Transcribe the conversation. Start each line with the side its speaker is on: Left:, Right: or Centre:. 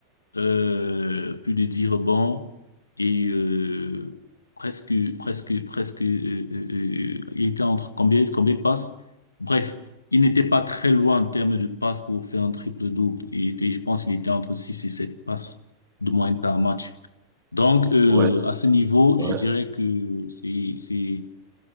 Left: euh, plus de 10 rebonds et euh, presque, presque, presque, euh, euh, euh, il était entre combien, combien de passes? Bref, il n'était pas très loin en termes de passes pour faire un triple-double. Il était, je pense qu'il était entre 6 et 7 passes de moyenne par match. Donc, euh,
Right: ouais,
Left: à ce niveau,
Right: ouais,
Left: je dirais
Right: ouais.
Left: que c'est c'est